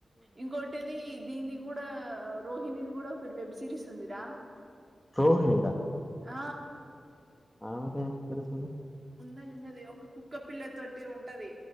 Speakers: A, on the right; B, in the centre.
A: ఇంకోటిది దీనిది కూడా రోహిణది కూడా ఒక వెబ్ సిరీస్ ఉందిరా
B: రోహినిదా
A: ఆ
B: అకా సర సల్ ది
A: ఉన్నది ఉన్నది ఒక కుక్క పిల్ల తోటి ఉంటది